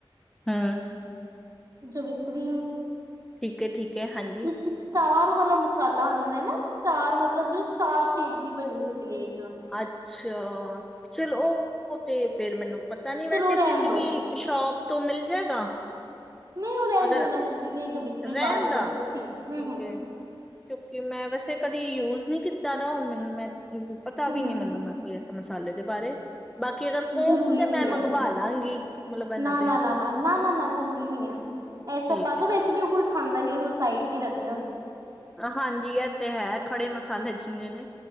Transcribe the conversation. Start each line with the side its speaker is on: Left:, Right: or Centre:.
Centre: ਹਾ
Right: ਜਵਿਤਰੀ
Centre: ਠੀਕ ਠੀਕ ਹੈ ਹਾਂਜੀ
Right: ਇੱਕ ਸਟਾ ਵਾਲਾ ਮਸਾਲਾ ਹੁੰਦਾ ਨਾ ਸਟਾਰ ਮਤਲਬ ਜੋ ਸਟਾਰ ਸ਼ੇਪ ਦੀ ਬਣੀ ਹੁੰਦੀ ਹੈ।
Centre: ਅੱਛਾ ਚਲੋ ਉਹ ਤੇ ਫੇਰ ਮੈਨੂੰ ਪਤਾ ਨੀ ਵੈਸੇ
Right: ਚਲੋ ਰਹਿਣ
Centre: ਕਿਸੇ
Right: ਦੋ,
Centre: ਵੀ ਸ਼ੋਪ ਤੋ ਮਿਲ ਜਾਏਗਾ
Right: ਨਹੀਂ ਉਹ ਰਹਿਣ
Centre: ਅਗਰ
Right: ਤੋਂ ਇੰਨਾ ਜ਼ਰੂਰੀ ਨਹੀਂ ਹੈ ਜਵਿਤਰੀ
Centre: ਰਹਿਣ
Right: ਪਾ ਰਹੇ ਹੋ
Centre: ਦਾ
Right: ਨਾ ਤੁਸੀ ਹੂੰ
Centre: ਠੀਕ
Right: ਹੂੰ
Centre: ਹੈ ਕਿਉਂਕਿ ਮੈਂ ਵੈਸੇ ਕਦੀ ਯੂਜ ਨਹੀ ਕੀਤਾ ਦਾ ਹੁਣ ਮੈਂ ਪਤਾ
Right: ਹੂੰ-ਹੂੰ
Centre: ਵੀ ਨੀ ਮਤਲਬ ਮੈਂਨੂੰ ਕੋਈ ਐਸੇ ਸਮਾਲੇ ਦੇ ਬਾਰੇ ਬਾਕੀ ਅਗਰ ਕਹੋਗੇ
Right: ਜ਼ਰੂਰੀ
Centre: ਤੇ
Right: ਨਹੀ
Centre: ਮੈਂ
Right: ਹੈ
Centre: ਮੰਗਵਾ ਲਾਂਗੀ ਮਤਲਬ ਇਹਨਾਂ
Right: ਨਾ
Centre: ਦੇ
Right: ਨਾ
Centre: ਹੱਥੋਂ
Right: ਨਾ ਨਾ ਨਾ ਨਾ ਨਾ ਜ਼ਰੂਰੀ ਨੀ ਹੈ ਐਸਾ
Centre: ਠੀਕ
Right: ਪਾਦੋ
Centre: ਹੈ
Right: ਵੈਸੇ
Centre: ਠੀਕ
Right: ਵੀ ਉਹ ਕੋਈ ਖਾਂਦਾ ਨੀ ਉਹਨੂੰ ਸਾਈਟ ਤੇ ਰੱਖ
Centre: ਹਾਂਜੀ ਇਹ ਤੇ ਹੈ ਖੜੇ ਮਸਾਲੇ ਨੇ